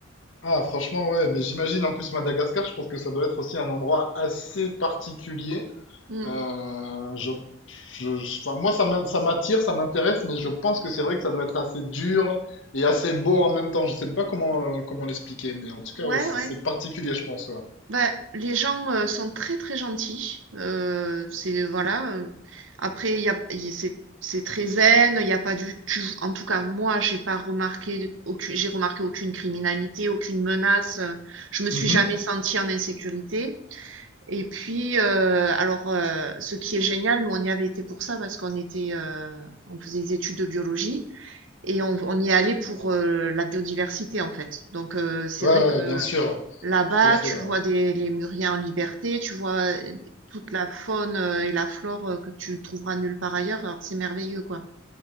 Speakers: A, on the left (about 75°); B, on the right (about 80°).
A: Ah, franchement, ouais, mais j'imagine en plus Madagascar, je pense que ça doit être aussi un endroit assez particulier
B: Mm. Mm.
A: Euh, je, je, je- enfin, moi, ça m'in- ça m'attire, ça m'intéresse, mais je pense que c'est vrai que ça doit être assez dur et assez beau en même temps. Je sais pas comment, euh, comment l'expliquer, mais en tout cas,
B: Ouais,
A: ouais, c'est
B: ouais.
A: c'est particulier, je pense. Ouais.
B: Bah, les gens euh, sont très très gentils. Euh, c'est voilà. euh, après, il y a, il- c'est c'est très zen. Il y a pas du. tu- en tout cas, moi, j'ai pas remarqué aucune. J'ai remarqué aucune criminalité, aucune menace. euh, Je me suis
A: Mhm.
B: jamais sentie en insécurité. Et puis, euh, alors, euh, ce qui est génial, nous on y avait été pour ça parce qu'on était, euh, on faisait des études de biologie et on, on y allait pour euh, la biodiversité en fait. Donc, euh, c'est
A: Ouais,
B: vrai
A: ouais,
B: que
A: bien sûr,
B: Là-bas,
A: tout à fait.
B: tu
A: ouais.
B: vois des, les Muriens en liberté, tu vois euh, toute la faune euh, et la flore euh, que tu trouveras nulle part ailleurs. Alors c'est merveilleux, quoi.